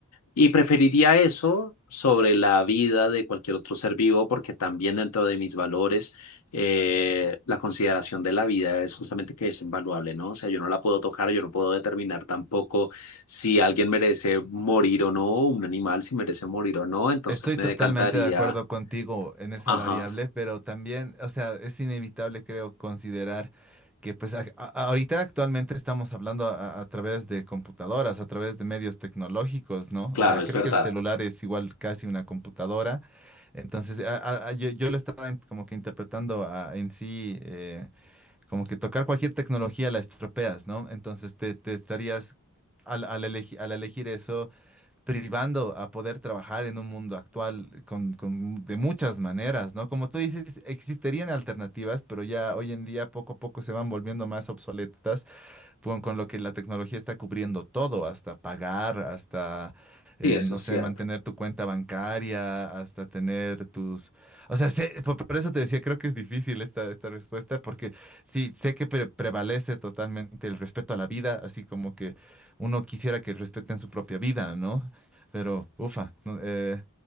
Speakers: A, on the left; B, in the centre.
A: Y preferiría eso sobre la vida de cualquier otro ser vivo, porque también dentro de mis valores, eh, la consideración de la vida es justamente que es invaluable, ¿no? O sea, yo no la puedo tocar, yo no puedo determinar tampoco si alguien merece morir o no, un animal si merece morir o no, entonces
B: Estoy
A: me
B: totalmente
A: decantaría.
B: de acuerdo contigo en esa
A: Ajá,
B: variable, pero también, o sea, es inevitable, creo, considerar que pues a- a- ahorita actualmente estamos hablando a, a través de computadoras, a través de medios tecnológicos, ¿no?
A: claro,
B: O sea,
A: es
B: creo
A: verdad.
B: que el celular es igual casi una computadora. Entonces, a- a- a- yo, yo lo estaba en- como que interpretando a- en sí, eh, como que tocar cualquier tecnología la estropeas, ¿no? Entonces, te, te estarías, al, al elegi- al elegir eso, privando a poder trabajar en un mundo actual con, con- de muchas maneras, ¿no? Como tú dices, existirían alternativas, pero ya hoy en día poco a poco se van volviendo más obsoletas con, con lo que la tecnología está cubriendo todo, hasta pagar, hasta, eh,
A: Sí, eso
B: no
A: es
B: sé,
A: cierto.
B: mantener tu cuenta bancaria, hasta tener tus... O sea, sé- por, por eso te decía, creo que es difícil esta, esta respuesta, porque sí, sé que pre- prevalece totalmente el respeto a la vida, así como que uno quisiera que respeten su propia vida, ¿no? Pero, ufa, no, eh,